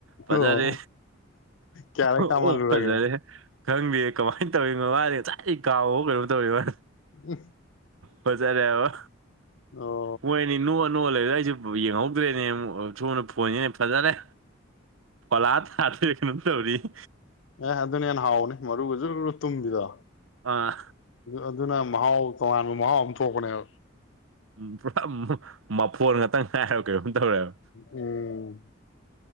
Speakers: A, on the right; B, on the left.
A: ꯐꯖꯔꯦ
B: ꯑꯣ ꯀꯌꯥꯔꯛ
A: ꯑꯣ
B: ꯀꯥꯝꯍꯜꯂꯨꯔꯒꯦ
A: ꯐꯖꯥꯔꯦ ꯈꯪꯗꯦ ꯀꯃꯥꯏꯅ ꯇꯧꯔꯤꯅꯣ ꯃꯥꯗꯤ ꯉꯁꯥꯏ ꯑꯩ ꯀꯥꯎꯕꯣ ꯀꯩꯅꯣꯝ ꯇꯧꯔꯤ ꯃꯥ
B: ꯎ
A: ꯐꯖꯥꯔꯦꯕ
B: ꯑꯣ
A: ꯍꯣꯏꯅꯤ ꯅꯣꯛ ꯑ ꯅꯨꯑ ꯂꯩꯗ ꯑꯩꯁꯨꯦ ꯌꯦꯡꯍꯧꯗ꯭ꯔꯦꯅꯦ ꯁꯨꯝꯅ ꯐꯣꯟꯉꯤꯅꯦ ꯐꯖꯔꯦ ꯀꯣꯂꯥ ꯇꯥꯗ ꯀꯩꯅꯣ ꯇꯧꯔꯤꯌꯦ
B: ꯑꯦ ꯑꯗꯨꯅ ꯍꯟꯅ ꯍꯥꯎꯅꯤ ꯃꯔꯨꯒꯁꯨ ꯇꯨꯝꯕꯤꯗ
A: ꯑꯥ
B: ꯑꯗꯨꯅ ꯃꯍꯥꯎ ꯇꯣꯉꯥꯟꯕ ꯃꯍꯥꯎ ꯑꯃ ꯊꯣꯛꯄꯅꯦꯕ
A: ꯎ ꯄꯨꯔꯥ ꯃꯐꯣꯟ ꯉꯥꯛꯇꯪ ꯉꯥꯏꯕ ꯀꯩꯒꯣꯝ ꯇꯧꯔꯦꯕ
B: ꯎꯝ